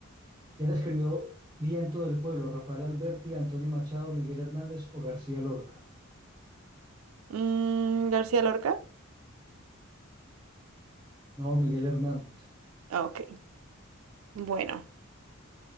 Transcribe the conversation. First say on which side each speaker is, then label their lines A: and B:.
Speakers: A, on the right (about 20°); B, on the right (about 70°).
A: ¿Quién escribió Viento del Pueblo? ¿Rafael Alberti, Antonio Machado, Miguel Hernández o García Lorca?
B: Mm, ¿García Lorca?
A: No, Miguel Hernández.
B: Ah, Ok, bueno,